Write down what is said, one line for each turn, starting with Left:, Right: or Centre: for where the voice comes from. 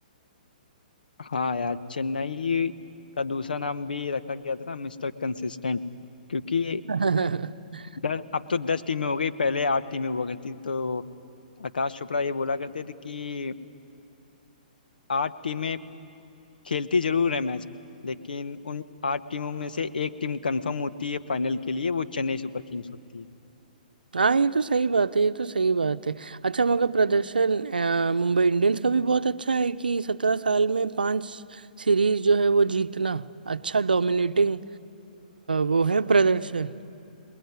Left: हाँ यार चेन्नई का दूसरा नाम भी रखा गया था ना मिस्टर कंसिस्टेंट क्योंकि
Right: का <laughs>
Left: दस अब तो दस टीमें हो गई पहले आठ टीमें हुआ करती थी तो आकाश चोपड़ा ये बोला करते थे कि आठ टीमें खेलती जरूर है मैच लेकिन उन आठ टीमों में से एक टीम कंफर्म होती है फाइनल के लिए वो चेन्नई सुपर किंग्स होती है
Right: हाँ ये तो सही बात है ये तो सही बात है अच्छा मगर प्रदर्शन अ, मुंबई इंडियंस का भी बहुत अच्छा है कि सत्रह साल में पांच सीरीज जो है वो जीतना अच्छा डोमिनेटिंग वो है प्रदर्शन